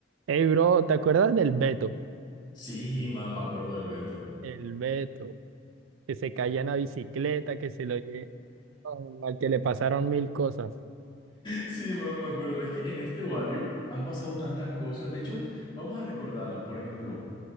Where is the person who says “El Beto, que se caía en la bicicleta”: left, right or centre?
Right